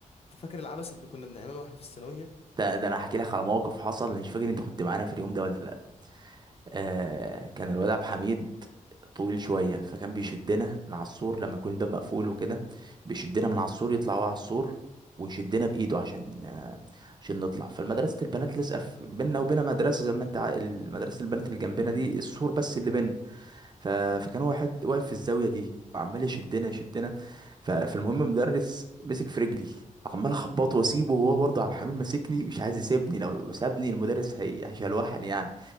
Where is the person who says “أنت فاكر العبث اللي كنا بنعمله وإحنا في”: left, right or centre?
Left